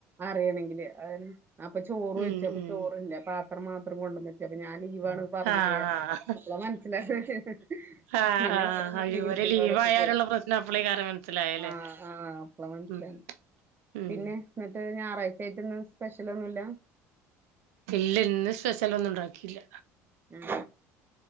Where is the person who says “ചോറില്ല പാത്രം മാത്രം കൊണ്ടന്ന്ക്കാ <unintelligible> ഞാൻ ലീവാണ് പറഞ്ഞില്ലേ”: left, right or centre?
Right